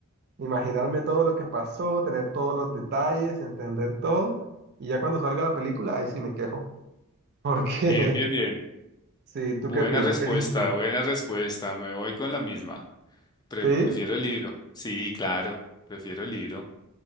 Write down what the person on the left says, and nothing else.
Bien, bien, bien.
Buena
respuesta,
buena respuesta. Me voy con la misma. Prefiero
el libro. Sí, claro, prefiero el libro.